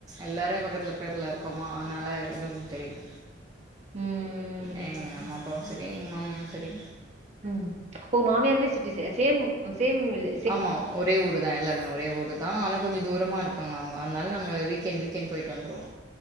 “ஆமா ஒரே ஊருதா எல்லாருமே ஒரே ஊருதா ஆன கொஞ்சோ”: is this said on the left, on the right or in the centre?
Right